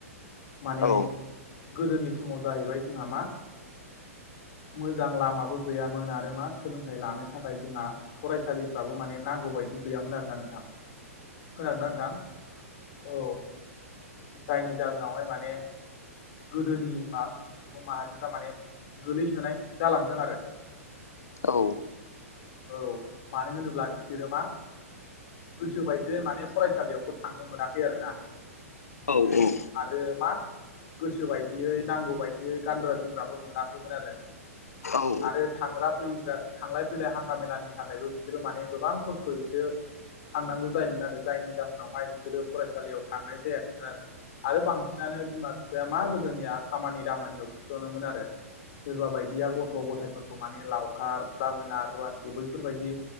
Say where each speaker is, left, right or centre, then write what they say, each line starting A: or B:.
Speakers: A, on the left; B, on the left.
A: माने
B: औ ओं
A: ओ गोदोनि समाव जायैबाय जोंहा मा मोजां लामाबो गैयामोन आरो मा सोलोंथाइ लानो थाखाय जोंहा फरायसालिफ्राबो माने नांगौ बायदि गैयामोन आरोना नोंथां खोनादोंना नोंथां औ जायनि जाहोनावहाय माने गोदोनि मा सुबुं माहारिफ्रा माने गोलैसोनाय जालांदों आरो
B: औ
A: औ मानो होनोब्ला बिसोरो मा गोसो बायदि माने फरायसालिआवबो थांनो मोनाखै आरो ना
B: औ औ
A: आरो मा गोसो बायदियै नांगौ बायदियै गानग्रा जोमग्राबो मोनाखैमोन आरो
B: औ
A: आरो थांग्रा फैग्रा थांलाय फै फैलाय हानथा मेलानि थाखायबो बिसोरो माने गोबां खसथ'यैसो थांनांगौ जायोमोन आरो जायनि जाहोनावहाय बिसोरो फरायसालिआव थांनाय जायाखैमोन आरो आरो बांसिनानो बिमा बिफाया मा गोदोनिआ खामानि दामानिआल थुस'नोमोन आरो सोरबा बायदिया गथ' गथायाइफोरखौ मानि लावखार बाहोना रुवाथि बैफोरबायदि